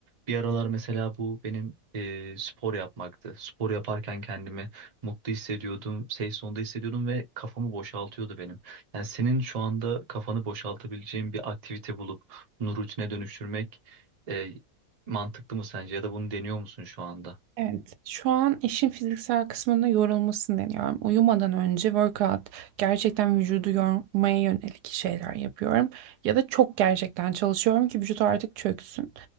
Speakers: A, on the right (about 30°); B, on the right (about 80°).
A: Bir aralar mesela bu benim ee, spor yapmaktı. Spor yaparken kendimi mutlu hissediyordum, safe zone'da hissediyordum ve kafamı boşaltıyordu benim. Yani senin şu anda kafanı boşaltabileceğin bir aktivite bulup bunu rutine dönüştürmek e, Mantıklı mı sence ya da bunu deniyor musun şu anda?
B: evet. Şu an işin fiziksel kısmında yorulmasını deniyorum. Uyumadan önce workout, gerçekten vücudu yormaya yönelik şeyler yapıyorum. Ya da çok gerçekten çalışıyorum ki vücut artık çöksün.